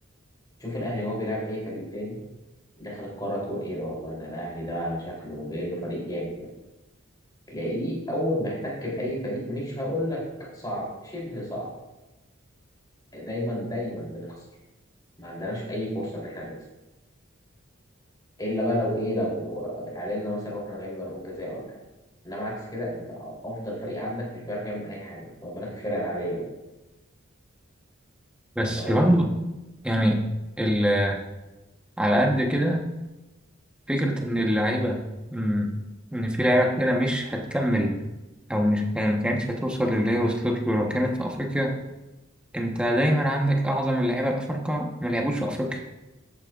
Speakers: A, on the left; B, in the centre.
A: تشوف الاهلي هو بيلعب اي فريق تاني داخل القاره تقول ايه ده والله ده الاهلي ده شكله باين له فريق جامد يعني تلاقيه اول ما احتك باي فريق مش هقول لك صعب شبه صعب دايما دايما بنخسر ما عندناش اي فرصه ان احنا نكسب الا بقى لو ايه لو اتعادلنا مثلا رحنا لعبنا ضربات جزاء ولا حاجه انما عكس كده انت افضل فريق عندك مش بيعرف يعمل اي حاجه فما بالك الفرقه العاديه
B: بس
A: اللي هو
B: برضه يعني ال- على قد كده فكرة إن اللعيبة مم، إن في لعيبة كتيرة مش هتكمل أو مش يعني ما كانتش هتوصل للي هي وصلت له لو كانت في أفريقيا أنت دايما عندك أعظم اللعيبة الأفارقة ما لعبوش في أفريقيا